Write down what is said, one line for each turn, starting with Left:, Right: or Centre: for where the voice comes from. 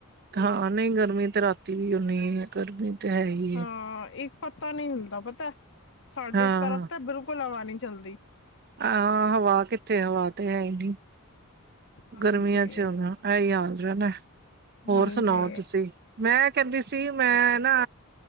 Right: ਹਾਂ ਨਹੀਂ, ਗਰਮੀ ਤੇ ਰਾਤੀ ਵੀ ਓਹਨੀ ਈ ਏ ਗਰਮੀ ਤੇ ਹੈ ਹੀ
Left: ਹਾਂ
Right: ਏ
Left: ਇੱਕ ਪੱਤਾ ਨਹੀਂ ਹਿਲਦਾ ਪਤਾ ਸਾਡੇ
Right: ਹਾਂ
Left: ਇਸ ਤਰਫ ਤੇ ਬਿਲਕੁਲ ਹਵਾ ਨੀ ਜਲਦੀ
Right: ਹਾਂ ਹਵਾ ਕਿੱਥੇ, ਹਵਾ ਤੇ ਹੈ ਨੀ
Left: ਹਾਂਜੀ
Right: ਗਰਮੀਆਂ ਚ ਉਹ ਨਾ ਐਹੀ ਹਾਲ ਰਹਿਨਾ, ਹੋਰ
Left: ਹਾਂਜੀ
Right: ਸੁਣਾਓ ਤੁਸੀਂ, ਮੈਂ ਕਹਿੰਦੀ ਸੀ ਮੈਂ ਨਾ